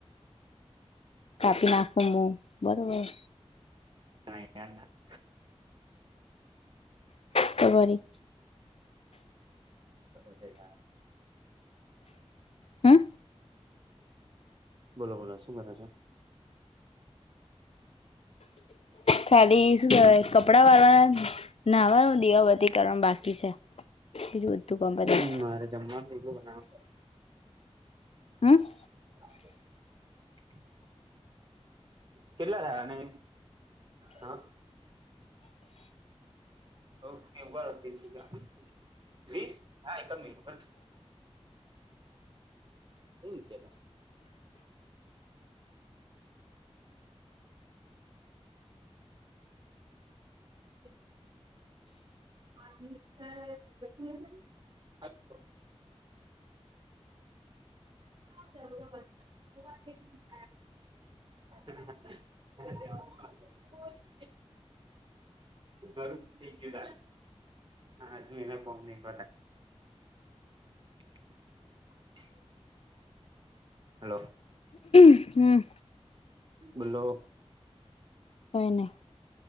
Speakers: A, on the left (about 65°); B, on the right (about 45°).
A: કાપી નાખું, બરોબર.
B: હી ના. <unintelligible>
A: તેવારી.
B: કું છે. <unintelligible>
A: હમ
B: બોલો, બોલો, શું કરો છો?
A: ખાલી શું કહેવાય, કપડાં વાપરવાના, નાહવાનું, દીવા બી કરવાનું બાકી છે. બીજું બધું ગમે.
B: હમ મારે જમવાનું કેટલું બનાવે છે?
A: હા.
B: <unintelligible> કેટલા થયા? અને હા. ઓકે, બરોબર. વીસ, હા, એકમ મિબર.. એમ કે. હ. <unintelligible> <unintelligible> જ. ધન્યવાદ. <unintelligible> થયું, હા, એલા કોમને એકવાર. <unintelligible> હલો.
A: હમ.
B: બોલો,
A: કઈ નહી